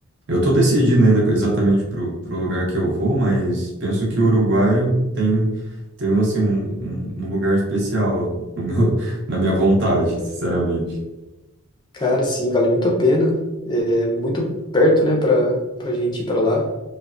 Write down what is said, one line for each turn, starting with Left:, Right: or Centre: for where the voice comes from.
Right: Eu tô decidindo ainda exatamente pro, pro lugar que eu vou, mas penso que o Uruguai tem, tem assim, um, um um lugar especial no meu, <laughs> na minha vontade, sinceramente.
Left: Cara, sim, vale muito a pena. É muito perto, né, pra, pra gente ir pra lá.